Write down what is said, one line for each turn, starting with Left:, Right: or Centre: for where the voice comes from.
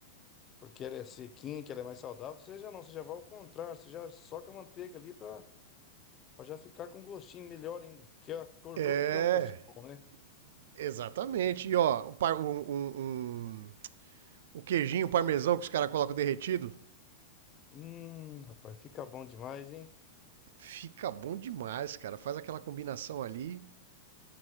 Left: porque ela é sequinha, que ela é mais saudável, você já não, você já vai ao contrário, você já soca a manteiga ali pra, pra já ficar com um gostinho melhor ainda, que é a gordura
Right: É,
Left: que dá um gostinho bom, né?
Right: exatamente. E ó, um par- um- um- um- o queijinho, o parmesão que os caras colocam derretido.
Left: Hum, rapaz, fica bom demais, hein?
Right: Fica bom demais, cara. Faz aquela combinação ali.